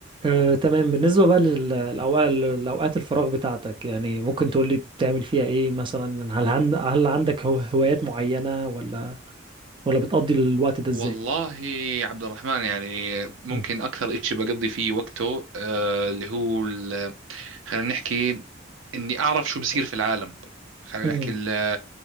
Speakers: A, on the right; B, on the right.
A: آه، تمام بالنسبة بقى للأوقات لأوقات الفراغ بتاعتك يعني ممكن تقولي بتعمل فيها إيه مثلا هل عند هل عندك هو- هوايات معينة ولا ولا بتقضي الوقت ده إزاي؟
B: والله عبد الرحمن يعني ممكن
A: مم.
B: أكثر إشي بقضي فيه وقته آه، اللي هو ال- خلينا نحكي إني أعرف شو بصير في العالم خلينا
A: مم.
B: نحكي ال-